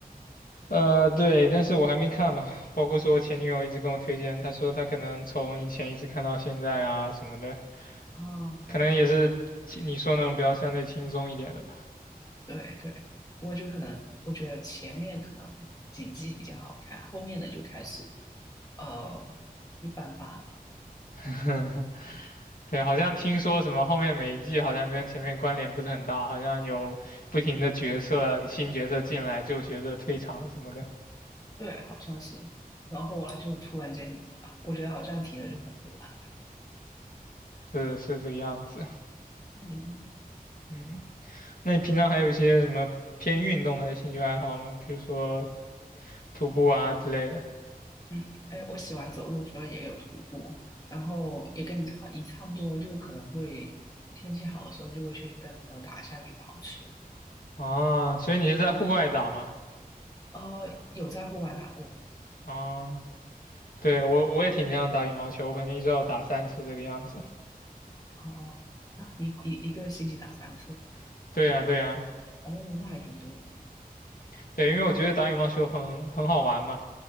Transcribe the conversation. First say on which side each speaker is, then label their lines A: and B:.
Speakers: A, on the left; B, on the left.
A: 呃，对，但是我还没看嘛，包括说我前女友一直跟我推荐，她说她可能从以前一直看到现在啊什么的，
B: 哦，
A: 可能也是你说那种比较相对轻松一点的吧。
B: 对对，我就可能我觉得前面可能几季比较好看，后面的就开始呃一般般了。
A: <laughs> 对，好像听说什么后面每一季好像跟前面关联不是很大，好像有不停的角色、新角色进来，旧角色退场什么的，
B: 对，好像是。然后后来就突然间，我觉得好像停了，就很突然
A: 是是这个样子。
B: 的嗯。
A: 嗯，那你平常还有一些什么偏运动的兴趣爱好吗？比如说徒步啊之类的。
B: 嗯，哎，我喜欢走路的时候也有徒步，然后也跟你差也差不多，就可能会天气好的时候就会去跟朋友打一下羽毛球。
A: 啊，所以你是在户外打吗？
B: 呃，有在户外打过，
A: 啊，对，我我也挺经常打羽毛球，我可能一周要打三次这个样子。
B: 哦哦，啊，一一一个星期打三次，
A: <laughs> 对呀，对呀，
B: 哦，那还挺多的。
A: 对，因为我觉得打羽毛球很很好玩嘛，